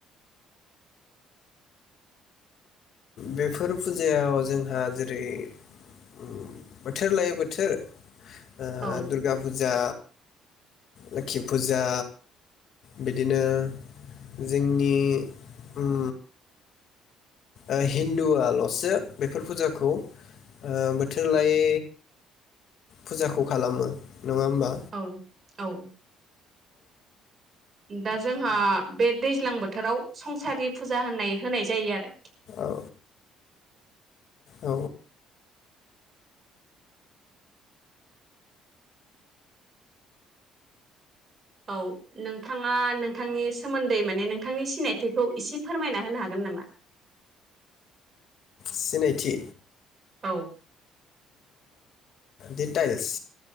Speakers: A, on the left; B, on the right.
A: बेफोर फुजायाव जोंहा जेरै उम बोथोर लायै बोथोर ओ
B: औ
A: दुर्गा फुजा। लोखि फुजा बिदिनो जोंनि उम ओ हिन्दुआल'सो बेफोर फुजाखौ ओ बोथोर लायै फुजाखौ खालामो। नङा होनबा?
B: औ औ। दा जोंहा बे दैज्लां बोथोराव संसारि फुजा होननाय होनाय जायो आरो।
A: औ औ
B: औ नोंथाङा नोंथांनि सोमोन्दै माने नोंथांनि सिनायथिखौ इसे फोरमायना होनो हागोन नामा?
A: सिनायथि।
B: औ।
A: डिटाइल्स।